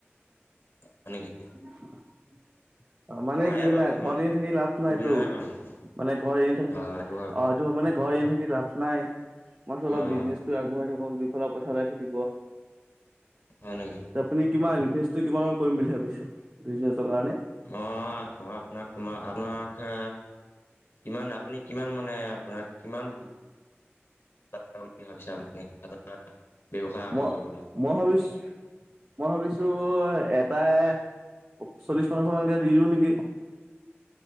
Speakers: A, on the left; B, on the right.
A: হয়
B: <inaudible>
A: নেকি
B: অ', মানে
A: পাৰে
B: কি জানা
A: বাৰু ইমান
B: ঘৰত এনে থাকি লাভ
A: অসুবিধা
B: নাইটো
A: নাই বাৰু হয়
B: মানে ঘৰত এনে থাকি
A: সেইটো হয়
B: অ', এইটো মানে ঘৰ এনে থাকি লাভ নাই মই ভাবিছো অলপ
A: অঁ
B: বিজনেচটো আগবঢ়াই থাকো দুইফালে পইচা ওলাই থাকিব।
A: হয় নেকি
B: আপুনি কিমান ইনভেষ্ট কিমান মান কৰিম বুলি ভাবিছে বিজনেচৰ কাৰণে।
A: মই -মই আপোনাক তোমাৰ আমাক হে কিমান আপুনি কিমান মানে আপোনাৰ কিমান <unintelligible> আৰম্ভ
B: মই-
A: কৰিবলৈ
B: মই ভাবিছ মই ভাবিছো এটাই চল্লিছ পঞ্চাছ মানকে দি দিওঁ নেকি।